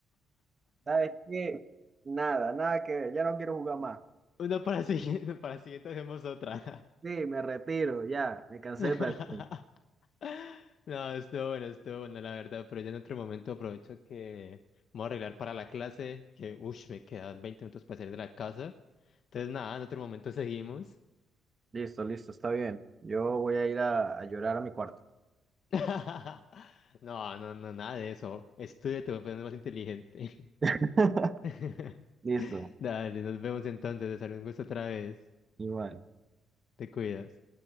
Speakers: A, on the right; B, on the left.
A: ¿Sabes qué? Nada, nada que ver. Ya no quiero jugar más.
B: Una para siguiente, para siguiente hacemos otra.
A: Sí, me retiro, ya, me cansé
B: <laughs>
A: de perder.
B: No, estuvo bueno, estuvo bueno, la verdad, pero ya en otro momento aprovecho que me voy a arreglar para la clase, que uff, me quedan 20 minutos para salir de la casa. Entonces, nada, en otro momento seguimos.
A: Listo, listo, está bien. Yo voy a ir a, a llorar a mi cuarto.
B: <laughs> No, no, no, nada de eso. Estudia, te voy a poner más inteligente.
A: <laughs>
B: <laughs>
A: Listo,
B: Dale, nos vemos entonces, César, un gusto otra vez.
A: igual.
B: Te cuidas.